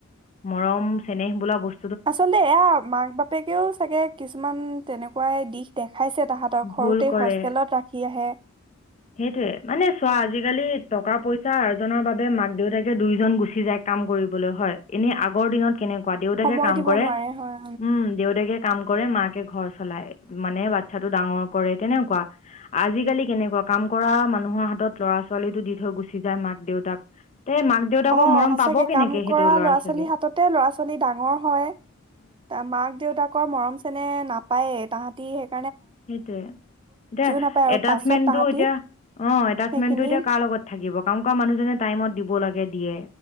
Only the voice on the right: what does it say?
আচলতে এয়া মাক বাপেকেও চাগে কিছুমান তেনেকুৱাই দিশ দেখ খাইছে তাহঁতক
সৰুতেই
হোষ্টেলত ৰাখি আহে।
সময়
দিব
নোৱাৰে হয়
অ',
সঁচাকে
কাম
কৰা ল'ৰা
ছোৱালীৰ হাততে ল'ৰা ছোৱালী ডাঙৰ হয়, তে মাক দেউতাকৰ মৰম চেনেহ নাপায় এ‌ তাহাঁত তিয়ে
নাপায় আৰু
পাছত তাহাঁতি
সেইখিনি